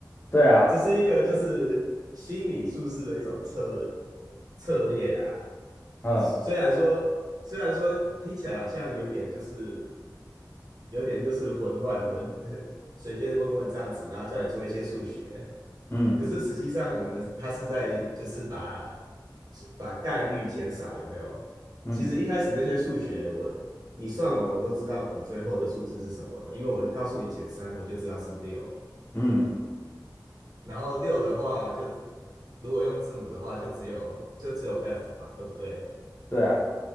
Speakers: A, on the left (about 30°); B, on the right (about 55°).
A: 对啊，
B: 这是一个就是心理术士的一种策策略啦。
A: 嗯
B: 虽然说虽然说听起来好像有点就是有点就是混乱轮 <laughs> 随便问问这样子，然后叫你做一些数学。
A: 嗯
B: 可是实际上，我们他是在就是把把概率减少，有没有？
A: 嗯
B: 其实一开始那些数学我，你算完我都知道你最后的数字是什么了因为我告诉你减三，我就知道是六。
A: 嗯，
B: 然后六的话就，如果用字母的话，就只有就只有 F 嘛，对不对？
A: 对啊，